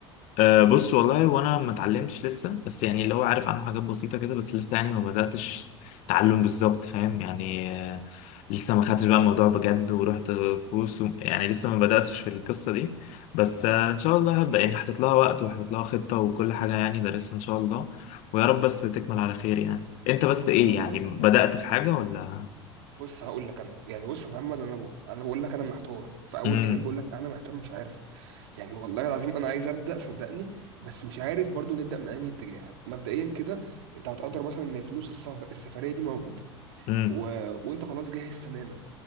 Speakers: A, on the left (about 55°); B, on the right (about 65°).
A: أه بص والله وانا ما اتعلمتش لسه بس يعني اللي هو عارف عنه حاجات بسيطه كده بس لسه يعني ما بداتش تعلم بالظبط فاهم يعني أه لسه ما خدتش بقى الموضوع بجد ورحت كورس و... يعني لسه ما بداتش في القصه دي بس أه ان شاء الله هبدا يعني حاطط لها وقت وحاطط لها خطه وكل حاجه يعني دارسها ان شاء الله ويا رب بس تكمل على خير يعني انت بس ايه
B: انا والله
A: يعني بدات في حاجه
B: ب...
A: ولا
B: بص هقول لك انا يعني بص يا محمد انا ب... انا بقول لك انا محتار في اول
A: امم
B: كلام بقول لك انا محتار مش عارف يعني والله العظيم انا عايز ابدا صدقني بس مش عارف برضو نبدا من انهي اتجاه مبدئيا كده انت هتقدر مثلا ان فلوس السف... السفرية دي موجودة
A: امم
B: و... وانت خلاص جاهز تماما